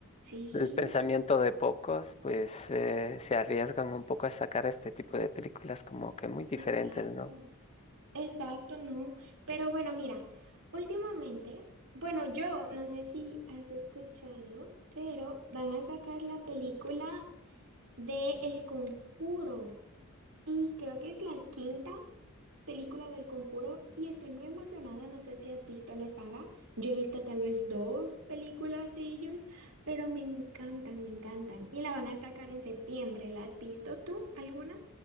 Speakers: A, on the right; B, on the left.
A: Sí,
B: El pensamiento de pocos, pues eh, se arriesgan un poco a sacar este tipo de películas como que muy diferentes,
A: exacto.
B: ¿no?
A: Exacto, no. Pero bueno, mira, últimamente, bueno, yo no sé si has escuchado, pero van a sacar la película de El Conjuro. Y creo que es la quinta película del Conjuro y estoy muy emocionada. No sé si has visto la saga. Yo he visto tal vez dos películas de ellos, pero me encantan, me encantan. Y la van a sacar en septiembre. ¿La has visto tú alguna?